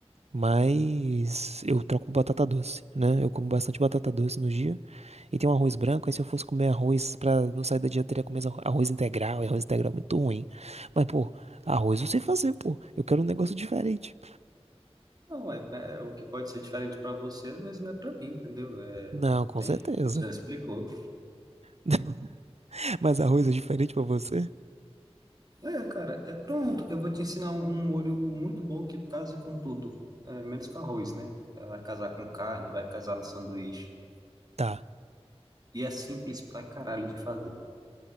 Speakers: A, on the right; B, on the right.
A: mas eu troco por batata doce, né? Eu como bastante batata doce no dia e tem um arroz branco. Aí se eu fosse comer arroz pra não sair da dieta, eu teria que comer arro- arroz integral. E arroz integral é muito ruim. Mas pô, arroz eu sei fazer, pô. Eu quero um negócio diferente.
B: Não, é, é é o que pode ser diferente para vocês, mas não é para mim, entendeu? É,
A: Não, com
B: tem,
A: certeza.
B: já explicou.
A: <laughs> Mas arroz é diferente pra você?
B: É, cara, é, pronto, eu vou te ensinar um, um molho muito bom que casa com tudo, é, menos com arroz, né? Vai casar com carne, vai casar no sanduíche.
A: Tá,
B: E é simples pra caralho de fazer.